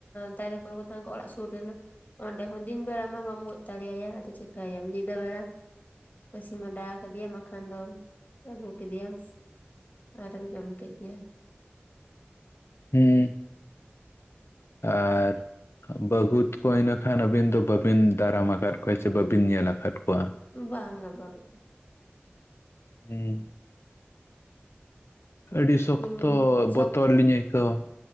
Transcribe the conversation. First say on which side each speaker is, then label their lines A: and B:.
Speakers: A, on the left; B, on the left.
A: ᱫᱟᱨᱮ ᱠᱚᱨᱮ ᱠᱚ ᱛᱟᱦᱮᱸ ᱠᱚ ᱚᱲᱟᱜ ᱥᱩᱨ ᱨᱮᱱᱟᱜᱼᱼ ᱚᱸᱰᱮ ᱦᱚᱸ ᱫᱤᱱ ᱵᱮᱲᱟ ᱢᱟ ᱵᱟᱢ ᱜᱚᱫ ᱫᱟᱲᱮᱭᱟᱭᱟ ᱟᱫᱚ ᱪᱤᱠᱟᱹᱭᱟᱢ ᱧᱤᱫᱟᱹ ᱵᱮᱲᱟ᱾ ᱯᱟᱹᱥᱤ ᱢᱟᱫᱟᱣ ᱠᱮᱫᱮᱭᱟᱢ ᱢᱟᱠᱷᱟᱱ ᱫᱚ ᱟᱹᱜᱩ ᱠᱮᱫᱮᱭᱟᱢ ᱟᱨᱟᱢ ᱡᱚᱢ ᱠᱮᱫᱮ
B: ᱦᱮᱸ ᱟᱨᱼᱼ ᱵᱟᱹᱜᱩᱫ ᱠᱚ ᱤᱱᱟᱹ ᱠᱷᱟᱱ ᱟᱹᱵᱤᱱ ᱫᱚ ᱵᱵᱤᱱ ᱫᱟᱨᱟᱢ ᱟᱠᱟᱫ ᱠᱚᱣᱟ ᱥᱮ ᱵᱟᱹᱵᱤᱱ ᱧᱮᱞ ᱟᱠᱟᱫ ᱠᱚᱣᱟ᱾
A: ᱵᱟᱝᱟ ᱵᱟᱝᱼᱟ
B: ᱦᱩᱢ ᱟᱹᱰᱤ ᱥᱚᱠᱛᱚ
A: ᱤᱧ ᱥᱚᱠ
B: ᱵᱚᱛᱚᱨ ᱞᱤᱧ ᱟᱹᱭᱠᱟᱹᱣᱟ ᱾